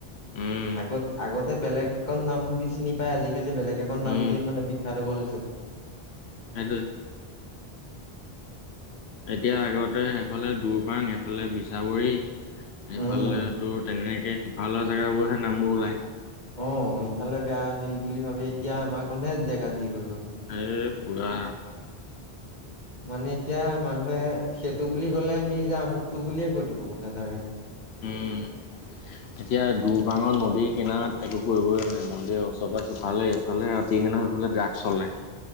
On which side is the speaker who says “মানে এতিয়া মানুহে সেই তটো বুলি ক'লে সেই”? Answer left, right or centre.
Left